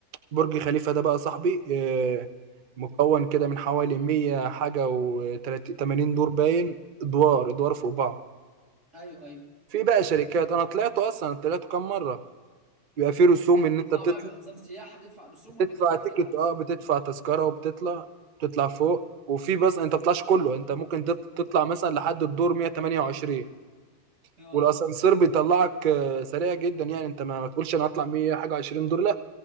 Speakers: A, on the right; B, on the right.
A: برج خليفة ده بقى صاحبي آه، مكون كده من حوالي 100 حاجة و80 دور باين ادوار ادوار فوق بعض
B: ايوه ايوه
A: في بقى شركات انا طلعته اصلا طلعته كام مرة بيبقى في رسوم
B: ده انت
A: ان
B: بتطلع
A: انت بتطلع
B: بقى بيبقى نظام سياحه بتدفع رسوم
A: بتدفع
B: ولا بتطلع
A: تيكت
B: كده عادي
A: اه بتدفع تذكره وبتطلع بتطلع فوق وفي بس انت ما بتطلعش كله انت ممكن تط- تطلع مثلا لحد الدور 128
B: اه
A: والاسانسير بيطلعك آه، سريع جدا يعني انت ما ما تقولش انا هطلع 100 حاجه 20 دور لا